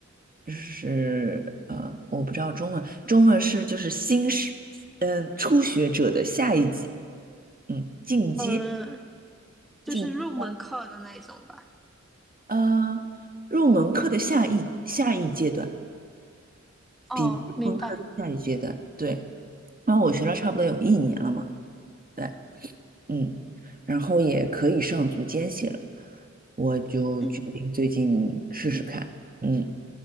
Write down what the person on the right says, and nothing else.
就是呃，我不知道中文，中文是就是新是嗯、呃初学者的下一级，嗯，进阶
进阶班，呃，入门课的下一下一阶段，
入门课的下一阶段，
对，然后我学了差不多有一年了嘛，对，嗯，然后也可以上足尖系了，我就决定最近试试看，
嗯。